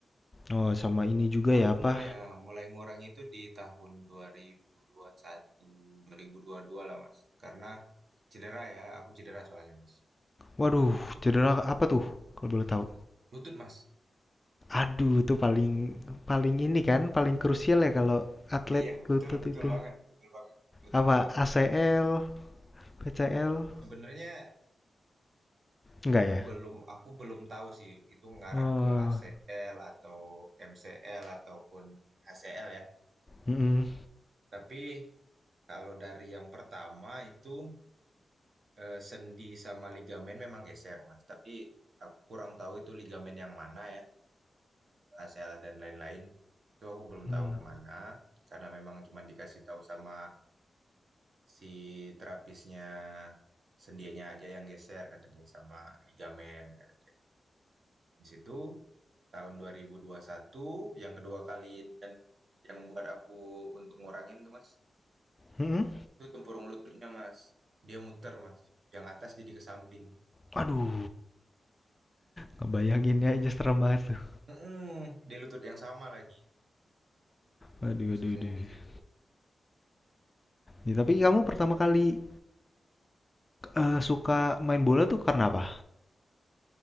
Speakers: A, on the left; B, on the right.
A: Oh, sama ini juga ya
B: aku
A: apa?
B: mulai ya mulai ngurangi itu di tahun dua dua dua puluh satu, dua ribu ribu satu puluh dua lah Mas. Karena cedera ya, aku cedera soalnya Mas.
A: Waduh, cedera apa tuh? Kalau boleh tahu.
B: Lutut Mas.
A: Aduh, itu paling paling ini kan, paling krusial ya kalau atlet
B: Iya,
A: lutut
B: betul, betul
A: itu.
B: banget, betul banget, betul
A: Apa
B: banget.
A: ACL, PCL?
B: Sebenarnya
A: Enggak ya?
B: belum, aku belum tahu sih itu ngarah
A: Oh,
B: ke ACL atau MCL ataupun HCL ya.
A: mm-mm.
B: Tapi kalau dari yang pertama itu eh, sendi sama ligamen memang geser mas. Tapi aku kurang tahu itu ligamen yang mana ya atau ke ACL dan lain-lain. Itu aku belum
A: Hmm.
B: tahu kemana karena memang cuma dikasih tahu sama Si terapisnya, "Sendianya aja yang geser," kata dia, "sama ligamen," kata dia. Habis itu tahun 2021 yang kedua kali dan yang buat aku untuk ngurangin tuh, Mas,
A: Mm-mm.
B: itu tempurung lututnya, Mas. Dia muter, Mas. Yang atas jadi ke samping.
A: Aduh, ngebayangin aja serem banget tuh.
B: Mhm, di lutut yang sama lagi.
A: Waduh
B: terus
A: waduh
B: susahnya
A: waduh.
B: di situ.
A: Ya, tapi kamu pertama kali eh, suka main bola tuh karena apa?